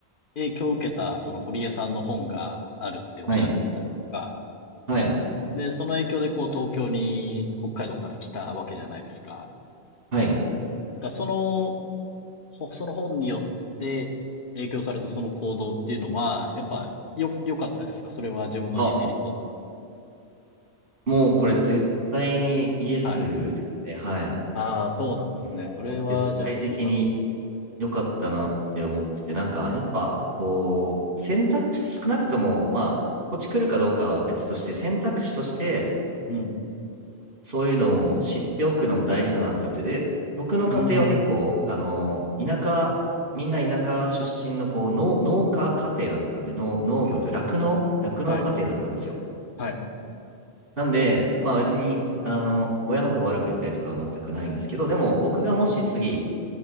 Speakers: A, on the left (about 55°); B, on the right (about 60°).
A: 影響を受けた、その堀江さんの本があるっておっしゃってたじゃないですか。
B: はい。はい。
A: で、その影響でこう東京に北海道から来たわけじゃないですか。
B: はい。
A: なんかそのほその本によって影響されたその行動っていうのは、やっぱよ、良かったですかそれは自分の人生にとって。
B: あ、もうこれ絶対にイエスですね。
A: はい。
B: はい。
A: ああ、そうなんですね。
B: もう絶対的に
A: それは、じゃあ、良かっ
B: 良かったなって思ってて、なんかやっぱこう、選択肢少なくとも、まあ、こっち来るかどうかは別として、選択肢として
A: た。うん。
B: そういうのも知っておくのも大事だなって思って、で、僕の家庭は結構、
A: うん
B: あの、田舎、みんな田舎出身のこう農、農家家庭だったんで、農、農業という酪農、酪農家庭だったんですよ。
A: はいはい
B: なんで、まあ別に、あの、親のこと悪く言ったりとかは全くないんですけど、でも僕がもし次、